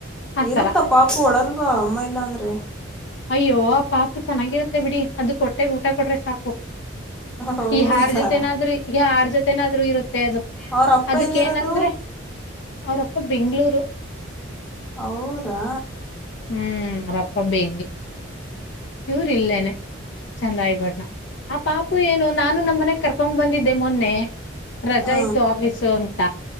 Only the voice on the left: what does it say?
ಆತರ
ಅಯ್ಯೋ ಆ ಪಾಪು ಚೆನ್ನಾಗಿರುತ್ತೆ ಬಿಡಿ ಅದುಕ್ ಹೊಟ್ಟೆಗ್ ಊಟ ಕೊಡ್ರೆ ಸಾಕು.
ಈ ಯಾರ್ ಜೊತೆನಾದ್ರೂ ಯಾರ ಜೊ ತೆನಾದ್ರೂ ಇರು ತ್ತೆ ಅದು
ಅದುಕ್ಕೇನಂದ್ರೆ
ಅವ್ರಪ್ಪ ಬೆಂಗ್ಳೂರು.
ಹ್ಮ್ ಅವ್ರಪ್ಪ ಬೆ ಇವ್ರ್ ಇಲ್ಲೇನೆ ಚಂದ ಅಯ್ ಪಟ್ನ ಆ ಪಾಪು ಏನು ನಾನು ನಮ್ ಮನೆಗ್ ಕರ್ಕೊಂಡ್ ಬಂದಿದ್ದೆ ಮೊನ್ನೆ ರಜಾ
ಇತ್ತು ಆಫೀಸು ಅಂತ